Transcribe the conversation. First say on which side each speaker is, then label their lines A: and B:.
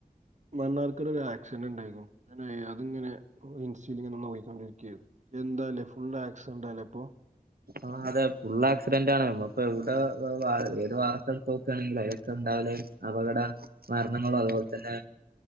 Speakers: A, on the right; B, on the right.
A: മണ്ണാർക്കാട് ഒരാക്സിഡന്റ്ണ്ടായ്ന്നു ഞാനുയ് അത്ങ്ങനെ ഇൻസ്റ്റേല്ങ്ങനെ നോയിക്കൊണ്ടിരിക്കേര് എന്താല്ലേ ഫുൾ ആക്സിഡന്റാലെപ്പൊ
B: ആഹ് അതെ ഫുൾ ആക്സിഡന്റാണ് മ്മള്പ്പവ്ടെ വ്വ വാര് ഏത് വാർത്തട്ത്തോക്കാണെങ്കിലും അയിലൊക്കെണ്ടാവല് അപകട മര്നങ്ങളു അത്പോൽതന്നെ